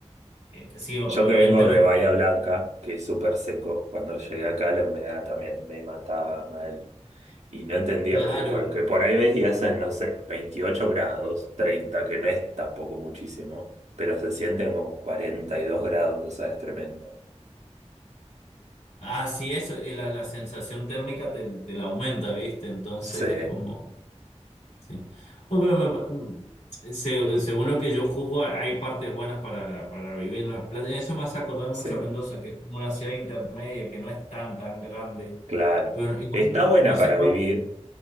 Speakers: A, on the left; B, on the right.
A: eh, sí, evidentemente,
B: Yo que vengo de Bahía Blanca, que es súper seco, cuando llegué acá la humedad también me mataba mal. Y no entendía,
A: claro.
B: porque, porque por ahí ves y hacen, no sé, 28 grados, treinta que no es tampoco muchísimo, pero se sienten como 42 grados, o sea, es tremendo.
A: Ah, sí, eso, eh, la, la sensación térmica te, te la aumenta, ¿viste? Entonces
B: Sí,
A: es como... Sí. No, pero, pero, se- según lo que yo juzgo, hay partes buenas para, para vivir en La Plata. Eso me hace acordar mucho
B: sí,
A: a Mendoza, que es como una ciudad intermedia, que no es tan, tan grande.
B: claro.
A: Pero igual
B: Está
A: no, no
B: buena
A: no sé
B: para
A: cuánto.
B: vivir